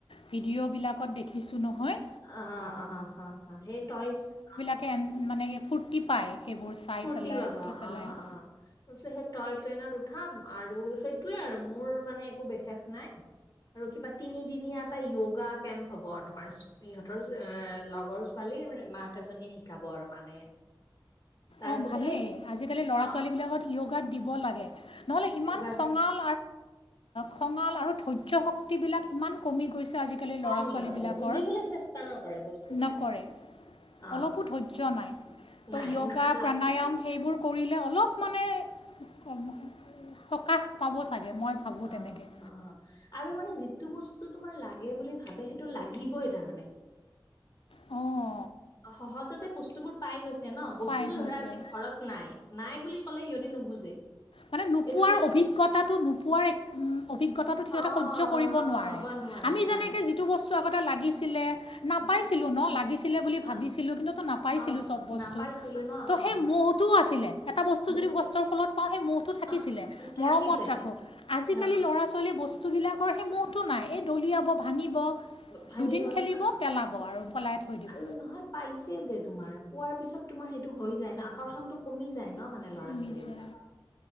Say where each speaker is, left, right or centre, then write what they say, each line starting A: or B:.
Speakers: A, on the left; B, on the left.
A: ভিডিঅ'বিলাকত দেখিছোঁ নহয়।
B: অ', অ', হা হা সেই টই <unintelligible>
A: কেন মানে ফূৰ্তি পায় সেইবোৰ চাই
B: ফূৰ্তি
A: পেলাই
B: পাব
A: উঠি
B: অ',
A: পেলাই।
B: অ'। সেই তই ট্ৰেইনত উঠা আৰু সেইটোৱে আৰু মোৰ মানে একো বিশেষ নাই। আৰু কিবা তিনিদিনীয়া এটা য়োগা কেম্প হব আৰু তোমাৰ ইহঁতৰ লগৰ ছোৱালীৰ মাক এজনীয়ে শিকাব আৰু মানে। তাৰপিছতে
A: অ', ভালেই
B: সেই
A: আজিকালি ল'ৰা
B: অ',
A: ছোৱালী বিলাকত য়োগাত দিব লাগে নহ'লে ইমান
B: য়োগা
A: খঙাল খঙাল আৰু ধৰ্য শক্তি বিলাক ইমান কমি গৈছে আজি কা আজিকালিৰ
B: কম
A: ল'ৰা ছোৱালীবিলাকৰ
B: ইহঁতৰ বুজিবলৈ চেষ্টা নকৰে বস্তুবিলাক
A: নকৰে।
B: অ'
A: অলপো ধৈৰ্য্য নাই ত'
B: নাই
A: য়োগা যোগা
B: লাগে
A: প্ৰাণায়াম
B: মানে
A: সেইবোৰ কৰিলে অলপ মানে ক সকাহ পাব চাগে মই ভাবোঁ
B: অ'
A: তেনেকৈ।
B: অ' আৰু মানে যিটো বস্তু তোমাৰ লাগে বুলি ভাবে সেইটো লাগিবই তাৰমানে।
A: অঁ'।
B: সহজতে বস্তু বোৰ পাই গৈছে ন বস্তুতো
A: পাই গৈছে
B: ধৰা আজি ঘৰত নাই, নাই বুলি ক'লে সিহঁতি নুবুজে।
A: মানে নোপোৱাৰ
B: এইটো
A: অভিজ্ঞতাটো নোপোৱাৰ এক উম। অভিজ্ঞতাটো সিহঁতে
B: অ'
A: সয্য কৰিব নোৱাৰে
B: অ' নোৱাৰে
A: আমি
B: নোৱাৰে
A: যেনেকে যিটো বস্তু আগতে লাগিছিলে। নাপাইছিলোঁ ন লাগিছিলে বুলি ভাবিছিলোঁ
B: অ'
A: কিন্তুো নাপাইছিলোঁ
B: অ'
A: চ'ব বস্তু।
B: নাপাইছিলো ন
A: ত'
B: অ'
A: সেই মোহটোও আছিলে এটা বস্তু
B: মোৰতো
A: যদি কষ্টৰ ফলত। অ' হেই মোহটো থাকিছিলে
B: আহ থাকি
A: মৰমত
B: যায়
A: ৰাখোঁ আজি কালি
B: অ
A: ল'ৰা। ল'ৰা ছোৱালী বস্তুবিলাকৰ সেই মোহটো নাই এই দলিয়াব ভাঙিব।
B: ভাঙিব
A: দুদিন
B: ন
A: খেলিব পেলাব আৰু পেলাই থৈয় দিব।
B: আৰু নহয় পাইছে যে তোমাৰ পোৱাৰ পিছত তোমাৰ সেইটো হৈ যায় ন আকৰ্ষণতটো কমি যায় ন মানে ল'ৰা
A: আমি
B: ছোৱালী
A: যে
B: বিলাকৰ